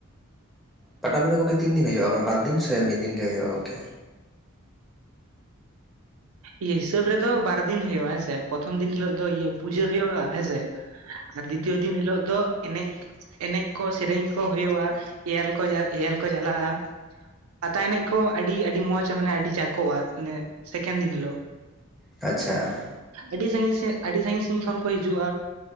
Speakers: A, in the centre; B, on the right.
A: ᱯᱟᱴᱟᱵᱤᱱᱫᱟᱹ ᱜᱚᱢᱠᱮ ᱛᱤᱱ ᱫᱤᱱ ᱦᱩᱭᱩᱜᱼᱟ ᱢᱟᱱᱮ ᱵᱟᱨ ᱫᱤᱱ ᱥᱮ ᱢᱤᱫ ᱫᱤᱱ ᱜᱮ ᱦᱩᱭᱩᱜᱼᱟ ᱜᱚᱢᱠᱮ
B: ᱤᱭᱟᱹ ᱦᱤᱥᱟᱹᱵ ᱨᱮᱫᱚ ᱵᱟᱨ ᱫᱤᱱ ᱦᱩᱭᱩᱜᱭᱩᱜᱼᱟ ᱦᱮᱸᱥᱮ ᱯᱨᱚᱛᱷᱚᱢ ᱫᱤᱱ ᱦᱤᱞᱳᱜ ᱫᱚ ᱤᱭᱟᱹ ᱯᱩᱡᱟᱹ ᱦᱩᱭᱩᱜᱼᱟ ᱦᱮᱸᱥᱮ ᱟᱨ ᱫᱤᱛᱤᱭᱚ ᱫᱤᱱ ᱦᱤᱞᱳᱜ ᱫᱚ ᱮᱱᱮᱡ ᱮᱱᱮᱡ ᱠᱚ ᱥᱮᱨᱮᱧ ᱠᱚ ᱦᱩᱭᱩᱜᱼᱟ ᱧᱮᱞ ᱠᱚ ᱧᱮᱞ ᱠᱚ ᱪᱟᱞᱟᱜᱼᱟ ᱯᱟᱛᱟ ᱮᱱᱮᱡ ᱠᱚ ᱟᱹᱰᱤ ᱟᱹᱰᱤ ᱢᱚᱸᱡᱽ ᱢᱟᱱᱮ ᱟᱹᱰᱤ ᱡᱟᱠᱚᱜᱼᱟ ᱢᱟᱱᱮ ᱥᱮᱠᱮᱱ ᱫᱤᱱ ᱦᱮᱞᱳ
A: ᱟᱪᱪᱷᱟ
B: ᱟᱹᱰᱤ ᱥᱟᱺᱜᱤᱧ ᱥᱮ ᱟᱹᱰᱤ ᱥᱟᱺᱜᱤᱧ ᱥᱟᱺᱜᱤᱧ ᱠᱷᱚᱱ ᱠᱚ ᱦᱤᱡᱩᱜᱼᱟ